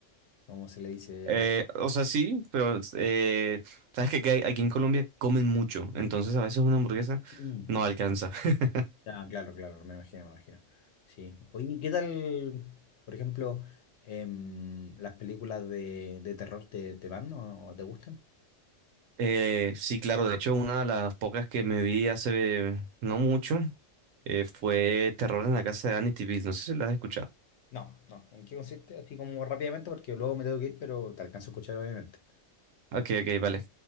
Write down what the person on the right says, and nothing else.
Eh, o sea, sí, pero eh, sabes que aquí, hay- aquí en Colombia comen mucho, entonces a veces una hamburguesa
no alcanza. <laughs>
Eh, sí, claro, de hecho, una de las pocas que me vi hace no mucho eh, fue Terror en la casa de Amityville. No sé si la has escuchado.
Ok, ok, vale.